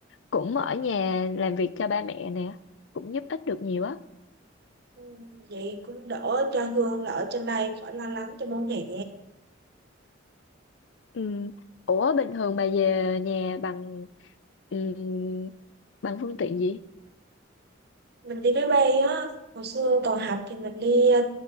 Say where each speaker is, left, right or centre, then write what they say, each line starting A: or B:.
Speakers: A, on the left; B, on the right.
A: cũng ở nhà làm việc cho ba mẹ nè. Cũng giúp ích được nhiều á.
B: Ừ. Vậy cũng đỡ cho Hương là ở trên đây khỏi lo lắng cho bố mẹ.
A: Ừm, Ủa bình thường bà về nhà bằng ừm, bằng phương tiện gì?
B: mình đi máy bay á hồi xưa còn học thì mình đi ờ,